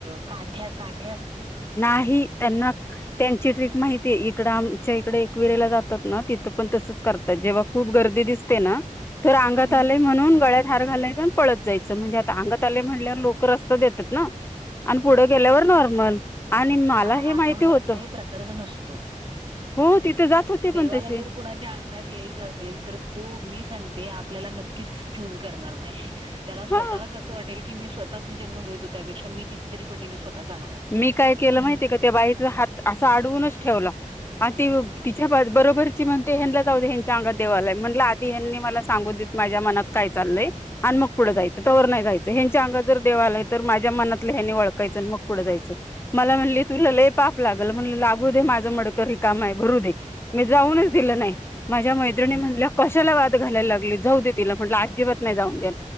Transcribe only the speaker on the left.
नाही. त्यांना त्यांची ट्रिक मा इकड आमच्या इकडे एकवीरेला जातात ना तिथं पण तसच करतात जेव्हा खूप गर्दी दिसते ना तर अंगात
आलेय म्हणून गळ्यात हार घालायचं आणि पळत जायचं म्हणजे आता अंगात आले म्हणल्यावर लोक देतात ना. आणि पुढं गेल्यावर नॉर्मल. आणि मला
हे
माहिती
होतं
हो तिथे जात होते पण
तसे
हा
मी काय केलं माहितीय
का त्या बाईचा हात असा अडवूनच ठेवला. हा ती तिच्या बरोबर. ती म्हणते ह्यानला जाऊ दे यांच्या अंगात देव आलाय म्हटलं आधी हनी मला सांगून देत माझ्या मनात काय चालय? आणि मग पुढं
जायचं तवर नाही जायचं. ह्यांच्या अंगात जर देवालाय तर माझ्या मनातलं ह्याने वळखायचं मग पुढं जायचं. मला म्हणली तुला लई पाप लागल म्हणल लागू दे, माझं मडक रिकाम हे काम आहे भरू दे मी जाऊनच दिलं माझ्या मैत्रिणी म्हण कशाला वाद घालायला लागली जाऊ दे तिला म्हटलं अजिबात नाही जाऊ